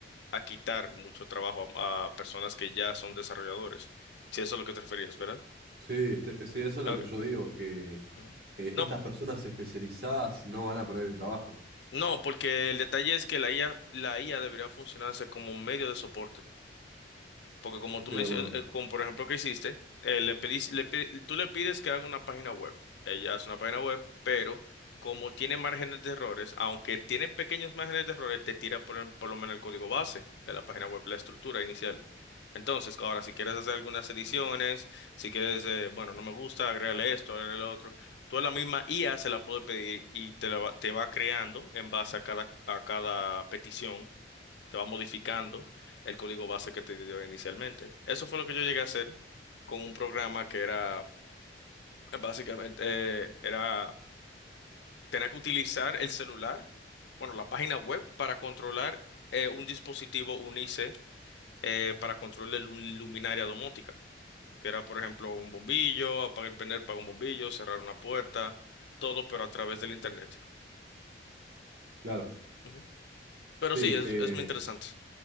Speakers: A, on the left; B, on the right.
A: a quitar mucho trabajo a, a personas que ya son desarrolladores. Si eso es lo que te referías, ¿verdad?
B: Sí, este- sí, eso es
A: Ah,
B: lo
A: Okay.
B: que yo digo, que
A: Ujú.
B: eh,
A: No,
B: estas personas especializadas no van a perder el trabajo.
A: no, porque el detalle es que la IA, la IA debería funcionarse como medio de soporte. Porque como
B: Estoy
A: tú mencionas,
B: de acuerdo.
A: como por ejemplo que hiciste, eh, le pedís- le pi- tú le pides que haga una página web. Ella hace una página web, pero como tiene márgenes de errores, aunque tiene pequeños márgenes de errores, te tira por, el- por lo menos el código base de la página web, la estructura inicial. Entonces, ahora, si quieres hacer algunas ediciones, si quieres, eh, bueno, no me gusta, agrégale esto, agrégale lo otro, tú a la misma IA se la puedes pedir y te, la va, te va creando en base a cada, a cada petición te va modificando el código base que te dio inicialmente. Eso fue lo que yo llegué a hacer con un programa que era eh, básicamente eh, era tener que utilizar el celular, bueno, la página web para controlar eh, un dispositivo UNICE eh, para control de lu- luminaria domótica, que era por ejemplo un bombillo, apagar prender para un bombillo, cerrar una puerta, todo pero a través del internet.
B: Claro.
A: Ujú. Pero
B: Sí,
A: sí, es,
B: eh,
A: es muy interesante.